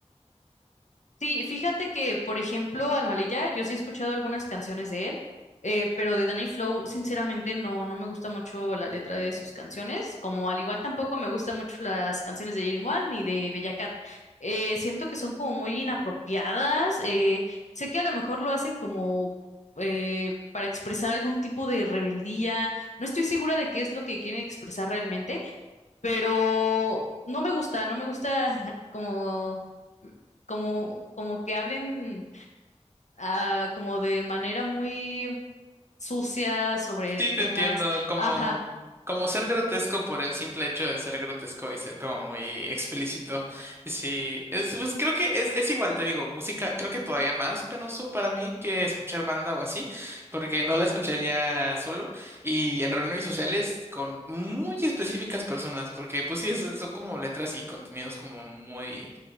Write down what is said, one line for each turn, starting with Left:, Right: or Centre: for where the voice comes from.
Left: Sí, fíjate que, por ejemplo, Almalilla, yo sí he escuchado algunas canciones de él, eh, pero de Danny Flow, sinceramente, no, no me gusta mucho la letra de sus canciones, como al igual tampoco me gustan mucho las canciones de Jerry One ni de Bella Cat. Eh, siento que son como muy inapropiadas. eh, sé que a lo mejor lo hacen como eh, para expresar algún tipo de rebeldía. No estoy segura de qué es lo que quieren expresar realmente pero no me gusta, no me gusta <laughs> como, como, como que hablen ah, como de manera muy sucia sobre
Right: Sí, te
Left: temas,
Right: entiendo, como,
Left: ajá,
Right: como ser grotesco por el simple hecho de ser grotesco y ser como muy explícito. Sí, es, pues creo que es, es igual, te digo, música, creo que todavía más penoso para mí que escuchar banda o así, porque no la escucharía solo y en reuniones sociales con muy específicas personas, porque pues sí, es- son como letras y contenidos como muy,